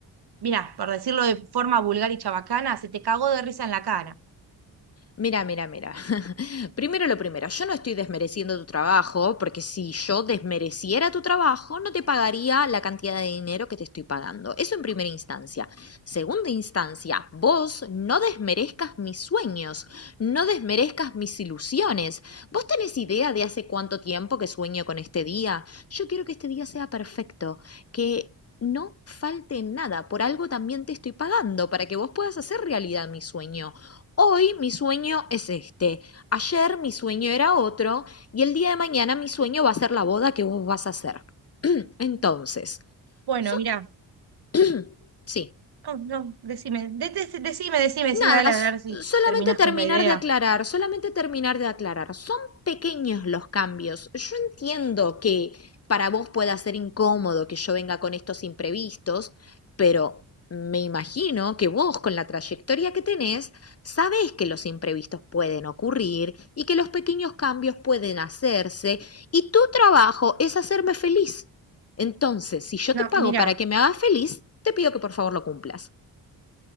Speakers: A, on the right (about 55°); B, on the left (about 35°).
A: mira, por decirlo de forma vulgar y chabacana, se te cagó de risa en la cara.
B: Mira, mira, mira. <laughs> Primero lo primero, yo no estoy desmereciendo tu trabajo, porque si yo desmereciera tu trabajo, no te pagaría la cantidad de dinero que te estoy pagando. Eso en primera instancia. Segunda instancia, vos no desmerezcas mis sueños, no desmerezcas mis ilusiones. ¿Vos tenés idea de hace cuánto tiempo que sueño con este día? Yo quiero que este día sea perfecto, que no falte nada. Por algo también te estoy pagando, para que vos puedas hacer realidad mi sueño. Hoy mi sueño es este, ayer mi sueño era otro y el día de mañana mi sueño va a ser la boda que vos vas a hacer. <clears throat> Entonces,
A: Bueno,
B: so-
A: mirá,
B: <clears throat> sí,
A: no, no, decime, de- de- decime, decime, decime,
B: Nada,
A: dale
B: s-
A: a ver si
B: solamente
A: terminás
B: terminar
A: con la idea.
B: de aclarar, solamente terminar de aclarar. Son pequeños los cambios. Yo entiendo que para vos pueda ser incómodo que yo venga con estos imprevistos, pero me imagino que vos con la trayectoria que tenés, sabés que los imprevistos pueden ocurrir y que los pequeños cambios pueden hacerse y tu trabajo es hacerme feliz. Entonces, si yo
A: No,
B: te pago
A: mira,
B: para que me hagas feliz, te pido que por favor lo cumplas.